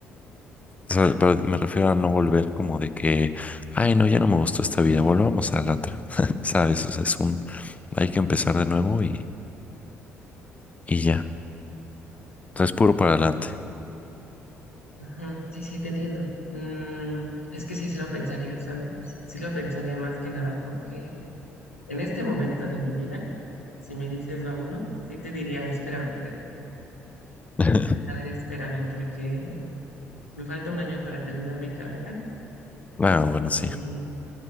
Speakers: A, on the left (about 20°); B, on the left (about 85°).
A: o sea, pero me refiero a no volver como de que, ay, no, ya no me gustó esta vida, volvamos a la otra, <laughs> ¿sabes? O sea, es un, hay que empezar de nuevo y, y ya. O sea, es puro para adelante.
B: Ajá, Sí, sí, te entiendo. Mm, es que sí, sí lo pensaría, ¿sabes? Sí lo pensaría más que nada porque en este momento de mi vida, si me dices vámonos, sí te diría, espérame, a ver,
A: <laughs>
B: a ver, espérame, porque me falta un año para terminar mi carrera
A: Ah, bueno,
B: y
A: sí.